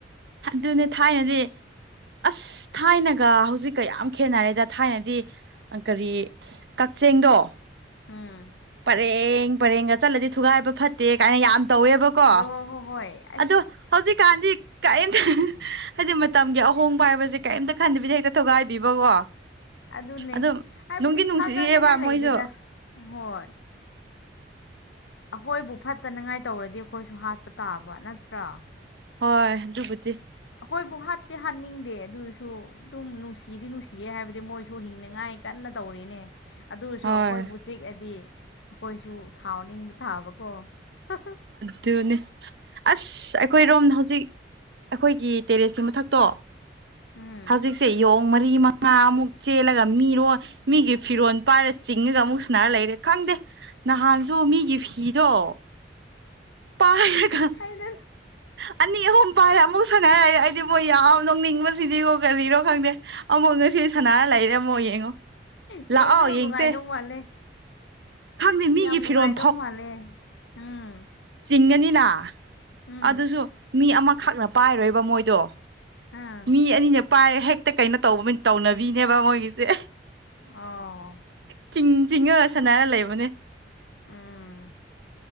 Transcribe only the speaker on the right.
ꯑꯗꯨꯅꯦ ꯊꯥꯏꯅꯗꯤ ꯑꯁ ꯊꯥꯏꯅꯒ ꯍꯧꯖꯤꯛꯀ ꯌꯥꯝ ꯈꯦꯠꯅꯔꯦꯗ ꯊꯥꯏꯅꯗꯤ ꯀꯔꯤ ꯀꯛꯆꯦꯡꯗꯣ
ꯄꯔꯦꯡ ꯄꯔꯦꯡꯒ ꯆꯠꯂꯗꯤ ꯊꯨꯒꯥꯏꯕ ꯐꯠꯇꯦ ꯀꯥꯏꯅ ꯌꯥꯝ ꯇꯧꯋꯦꯕ ꯀꯣ
ꯑꯗꯣ ꯍꯧꯖꯤꯛꯀꯥꯟꯗꯤ ꯀꯔꯤꯝꯇ ꯍꯥꯏꯗꯤ ꯃꯇꯝꯒꯤ ꯑꯍꯣꯡꯕ ꯍꯥꯏꯕꯁꯦ ꯀꯔꯤꯝꯇ ꯈꯟꯗꯕꯤꯗ ꯍꯦꯛꯇ ꯊꯨꯒꯥꯏꯕꯤꯕꯀꯣ
ꯑꯗꯨꯝ
ꯅꯨꯡꯗꯤ ꯅꯨꯡꯁꯤꯌꯦꯕ
ꯃꯣꯏꯁꯨ
ꯍꯣꯏ ꯑꯗꯨꯕꯨꯗꯤ
ꯍꯣꯏ
ꯑꯗꯨꯅꯦ ꯑꯁ ꯑꯩꯈꯣꯏ ꯔꯣꯝꯅ ꯍꯧꯖꯤꯛ ꯑꯩꯈꯣꯏꯒꯤ ꯇꯦꯔꯦꯁꯀꯤ ꯃꯊꯛꯇꯣ
ꯍꯧꯖꯤꯛ ꯁꯦ ꯌꯣꯡ ꯃꯔꯤ ꯃꯉꯥ ꯑꯃꯨꯛ ꯆꯦꯜꯂꯒ ꯃꯤꯔꯣ ꯃꯤꯒꯤ ꯐꯤꯔꯣꯜ ꯄꯥꯏꯔ ꯆꯤꯡꯉꯒ ꯑꯃꯨꯛ ꯁꯨꯅꯔ ꯂꯩꯔꯦ ꯈꯪꯗꯦ ꯅꯍꯥꯟꯁꯨ ꯃꯤꯒꯤ ꯐꯤ ꯣ ꯄꯥꯏꯔꯒ
ꯑꯅꯤ ꯑꯍꯨꯝ ꯄꯥꯏꯔꯦ ꯑꯃꯨꯛ ꯁꯅ ꯍꯥꯏꯔ ꯑꯩꯗꯤꯕꯣ ꯌꯥꯝ ꯅꯣꯛꯅꯤꯡꯕꯁꯤꯗꯤꯕꯣ ꯀꯔꯤꯔꯣ ꯈꯪꯗꯦ ꯑꯃꯨꯛ ꯉꯁꯤ ꯁꯅꯥꯔ ꯂꯩꯔꯝꯃꯣ ꯌꯦꯡꯉꯣ
ꯂꯥꯛꯑꯣ
ꯌꯦꯡꯁꯦ
ꯈꯪꯗꯦ ꯃꯤꯒꯤ
ꯐꯤꯔꯣꯜ
ꯆꯤꯡꯉꯅꯤꯅ
ꯑꯗꯨꯁꯨ ꯃꯤ ꯑꯃꯈꯛꯅ ꯄꯥꯏꯔꯣꯏꯕ ꯃꯣꯏꯗꯣ
ꯃꯤ ꯑꯅꯤꯅ ꯄꯥꯏꯔꯦ ꯍꯦꯛꯇ ꯀꯩꯅꯣ ꯇꯧꯕ ꯇꯧꯅꯕꯤꯅꯦꯕ ꯃꯣꯏꯒꯤꯁꯦ
ꯆꯤꯡ ꯆꯤꯡꯉꯒ ꯁꯥꯟꯅꯔ ꯂꯩꯕꯅꯦ